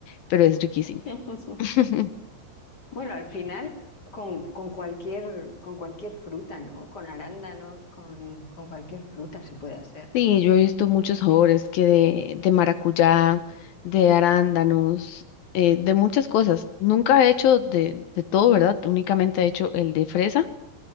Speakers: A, on the left; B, on the left.
A: pero es riquísimo.
B: <laughs>
A: <laughs>
B: Bueno, al final con, con cualquier, con cualquier fruta, ¿no? Con arándanos, con, con cualquier fruta se puede hacer.
A: Sí, yo he visto muchos sabores que de, de maracuyá, de arándanos, eh, de muchas cosas. Nunca he hecho de, de todo, ¿verdad? Únicamente he hecho el de fresa